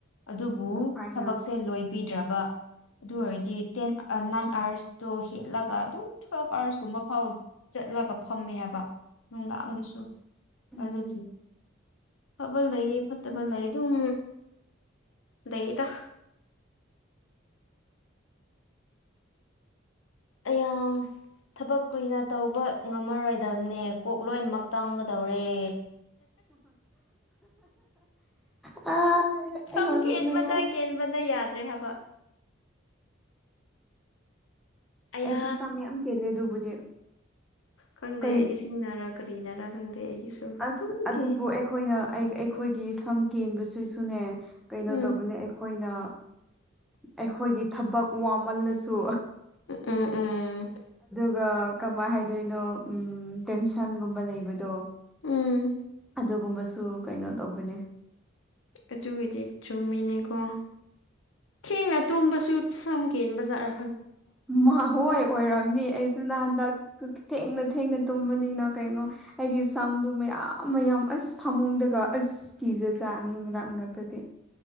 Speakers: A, on the left (about 85°); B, in the centre.
A: ꯑꯗꯨꯕꯨ
B: ꯑꯗꯨ ꯐꯥꯏꯅ
A: ꯊꯕꯛꯁꯦ ꯂꯣꯏꯕꯤꯗ꯭ꯔꯕ ꯑꯗꯨ ꯑꯣꯏꯔꯗꯤ ꯇꯦꯟ ꯅꯥꯏꯟ ꯑꯥꯋꯔꯁꯇꯣ ꯍꯦꯠꯂꯒ ꯑꯗꯨꯝ ꯇꯨꯋꯦꯜꯕ ꯑꯥꯋꯔꯁꯀꯨꯝꯕ ꯐꯥꯎ ꯆꯠꯂꯒ ꯐꯝꯃꯦꯕ ꯅꯨꯡꯗꯥꯡꯗꯁꯨ
B: ꯎꯝ
A: ꯑꯗꯨꯒꯤ ꯐꯕ ꯂꯩ ꯐꯠꯇꯕ ꯂꯩ ꯑꯗꯨꯝ ꯂꯩꯗ <unintelligible> ꯑ ꯌꯥꯝ ꯊꯕꯛ ꯀꯨꯏꯅ ꯇꯧꯕ ꯉꯝꯃꯔꯣꯏꯗꯕꯅꯦ ꯀꯣꯛ ꯂꯣꯏꯅꯃꯛ ꯇꯥꯡꯒꯗꯧꯔꯦ
B: ꯑ ꯑꯩ
A: ꯁꯝ
B: ꯌꯥꯝ ꯅꯣꯛꯅꯤꯡꯉꯦ
A: ꯀꯦꯟꯕꯗ ꯀꯦꯟꯕꯗ ꯌꯥꯗ꯭ꯔꯦ ꯍꯥꯏꯕ ꯑꯌꯥ
B: ꯑꯩꯁꯨ ꯁꯝ ꯌꯥꯝ ꯀꯦꯂꯦ ꯑꯗꯨꯕꯨꯗꯤ
A: ꯈꯪꯗꯦ
B: ꯀꯩ
A: ꯏꯁꯤꯡꯅꯔ ꯀꯔꯤꯅꯔꯥ ꯈꯪꯗꯦ ꯑꯩꯒꯤꯁꯨ
B: ꯑꯁ
A: ꯑꯗꯨꯝ
B: ꯑꯗꯨꯕꯨ
A: ꯀꯦ
B: ꯑꯩꯈꯣꯏꯅ ꯑꯩꯈꯣꯏꯒꯤ ꯁꯝ ꯀꯦꯟꯕꯕꯁꯤꯁꯨꯅꯦ ꯀꯩꯅꯣ
A: ꯎꯝ
B: ꯇꯧꯕꯅꯦ ꯑꯩꯈꯣꯏꯅ ꯑꯩꯈꯣꯏꯒꯤ ꯊꯕꯛ ꯋꯥꯃꯜꯂꯁꯨ
A: ꯎꯝ ꯎꯝ
B: ꯑꯗꯨꯒ ꯀꯃꯥꯏꯅ ꯍꯥꯏꯗꯣꯏꯅꯣ ꯎ ꯇꯦꯟꯁꯟꯒꯨꯝꯕ ꯂꯩꯕꯗꯣ
A: ꯎꯝ
B: ꯑꯗꯨꯒꯨꯝꯕꯁꯨ ꯀꯩꯅꯣ ꯇꯧꯕꯅꯤ
A: ꯑꯗꯨꯒꯤꯗꯤ ꯆꯨꯝꯃꯤꯅꯦꯀꯣ ꯊꯦꯡꯅ ꯇꯨꯝꯕꯁꯨ ꯁꯝꯒꯦ ꯕꯖꯥꯔ
B: ꯃꯈꯣꯏ ꯑꯣꯏꯔꯝꯅꯤ ꯑꯩꯁꯨ ꯅ ꯍꯟꯗꯛ ꯊꯦꯡꯅ ꯊꯦꯡꯅ ꯇꯨꯝꯕꯅꯤꯅ ꯀꯩꯅꯣ ꯑꯩꯒꯤ ꯏꯁꯝꯗꯣ ꯃꯌꯥꯝ ꯃꯌꯥꯝ ꯑꯁ ꯐꯥꯃꯨꯡꯗꯒ ꯑꯁꯀꯤ ꯤꯖ ꯆꯥ ꯑꯅꯤ ꯑꯨꯝ ꯂꯥꯛ ꯃꯔꯨꯔꯛꯇꯗꯤ